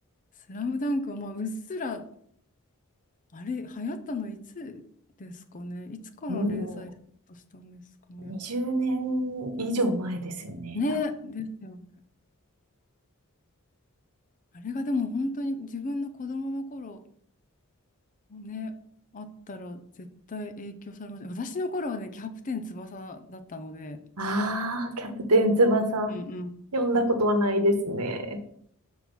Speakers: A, on the left (about 35°); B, on the right (about 85°).
A: スラムダンクは、まあ、うっすら、あれ、流行ったのいつですかね。いつから連載スタートしたんですかね。
B: もう、20年以上前ですよね、
A: ね、
B: 多分。
A: ですよね。あれがでも本当に自分の子供の頃、ね、あったら絶対影響されます。私の頃はね、キャプテン翼だったので、
B: ああ、キャプテン翼。
A: うんうん。
B: 読んだことはないですね。